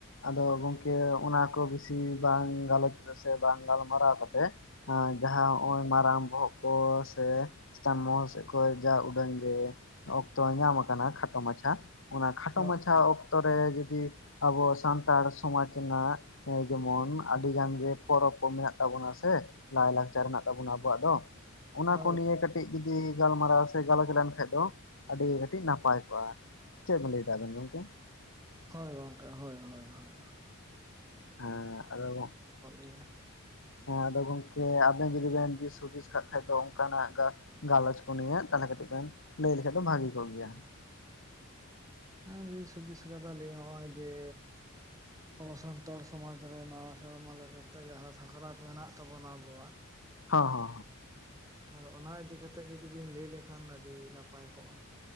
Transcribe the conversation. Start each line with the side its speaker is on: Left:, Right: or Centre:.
Left: ᱟᱫᱚ ᱜᱚᱝᱠᱮ ᱚᱱᱟ ᱠᱚ ᱵᱤᱥᱤ ᱵᱟᱝ ᱜᱟᱞᱚᱪ ᱠᱟᱛᱮ ᱥᱮ ᱵᱟᱝ ᱜᱟᱞᱢᱟᱨᱟᱣ ᱠᱟᱛᱮ ᱦᱮᱸ ᱡᱟᱦᱟᱸ ᱦᱚᱜᱼᱚᱭ ᱢᱟᱨᱟᱝ ᱵᱚᱦᱚᱜ ᱠᱚ ᱥᱮ ᱪᱮᱛᱟᱱ ᱢᱚᱦᱚᱞ ᱥᱮᱫ ᱠᱷᱚᱱ ᱡᱟ ᱩᱰᱟᱹᱝ ᱜᱮ ᱚᱠᱛᱚ ᱧᱟᱢ ᱟᱠᱟᱱᱟ ᱠᱷᱟᱴᱚ ᱢᱟᱪᱷᱟ, ᱚᱱᱟ
Right: ᱦᱳᱭ
Left: ᱠᱷᱟᱴᱚ ᱢᱟᱪᱷᱟ
Right: ᱦᱳᱭ
Left: ᱚᱠᱛᱚ ᱨᱮ ᱡᱩᱫᱤ ᱟᱵᱚ ᱥᱟᱱᱛᱟᱲ ᱥᱚᱢᱟᱡᱽ ᱨᱮᱱᱟᱜ ᱮᱸ ᱡᱮᱢᱚᱱ ᱟᱹᱰᱤ ᱜᱟᱱ ᱜᱮ ᱯᱚᱨᱚᱵᱽ ᱠᱚ ᱢᱮᱱᱟᱜ ᱛᱟᱵᱚᱱᱟ ᱥᱮ? ᱞᱟᱭ ᱞᱟᱠᱪᱟᱨ ᱦᱮᱱᱟᱜ ᱛᱟᱵᱚᱱᱟ ᱟᱵᱚᱣᱟᱜ ᱫᱚ ᱾ ᱚᱱᱟ
Right: ᱦᱳᱭ
Left: ᱠᱚ ᱱᱤᱭᱮ ᱠᱟᱹᱴᱤᱡ ᱡᱩᱫᱤ ᱜᱟᱞᱢᱟᱨᱟᱣ ᱥᱮ ᱜᱟᱞᱚᱪ ᱞᱮᱱᱠᱷᱟᱱᱡ ᱫᱚ ᱟᱹᱰᱤ ᱜᱮ ᱠᱟᱹᱴᱤᱡ ᱱᱟᱯᱟᱭ ᱠᱚᱜᱼᱟ ᱾ ᱪᱮᱫ ᱵᱮᱱ ᱞᱟᱹᱭᱮᱫᱟ ᱟᱵᱮᱱ ᱜᱚᱝᱠᱮ?
Right: ᱦᱳᱭ ᱜᱚᱝᱠᱮ ᱦᱳᱭ ᱦᱳᱭ ᱦᱳᱭ ᱦᱳᱭ ᱾
Left: ᱦᱮᱸ ᱟᱫᱚ ᱜᱚᱜ
Right: ᱠᱚᱜ ᱜᱮᱭᱟ
Left: ᱦᱮᱸ ᱟᱫᱚ ᱜᱚᱝᱠᱮ ᱟᱵᱮᱱ ᱡᱚᱫᱤ ᱵᱮᱱ ᱫᱤᱥ ᱦᱩᱫᱤᱥ ᱠᱟᱜ ᱠᱷᱟᱡ ᱫᱚ ᱚᱱᱠᱟᱱᱟᱜ ᱜᱟ ᱜᱟᱞᱚᱪ ᱠᱚ ᱱᱩᱭᱟ ᱛᱟᱦᱚᱞᱮ ᱠᱟᱹᱴᱤᱡ ᱵᱮᱱ ᱞᱟᱹᱭ ᱞᱮᱠᱷᱟᱡ ᱫᱚ ᱵᱷᱟᱹᱜᱤ ᱠᱚᱜ ᱜᱮᱭᱟ ᱾
Right: ᱦᱮᱸ ᱫᱤᱥ ᱦᱩᱫᱤᱥ ᱠᱟᱫᱟ ᱞᱤᱧ ᱱᱚ-ᱚᱭ ᱡᱮ ᱟᱵᱚ ᱥᱟᱱᱛᱟᱲ ᱥᱚᱢᱟᱡᱽ ᱨᱮ ᱱᱟᱣᱟ ᱥᱮᱨᱢᱟ ᱞᱮᱠᱟᱛᱮ ᱡᱟᱦᱟᱸ ᱥᱟᱠᱨᱟᱛ ᱢᱮᱱᱟᱜ ᱛᱟᱵᱚᱱᱟ ᱟᱵᱚᱣᱟᱜ
Left: ᱦᱚᱸ ᱦᱚᱸ ᱾
Right: ᱟᱫᱚ ᱚᱱᱟ ᱤᱫᱤ ᱠᱟᱛᱮ ᱡᱩᱫᱤ ᱵᱤᱱ ᱞᱟᱹᱭ ᱞᱮᱠᱷᱟᱱ ᱟᱹᱰᱤ ᱱᱟᱯᱟᱭ ᱠᱚᱜᱼᱟ ᱾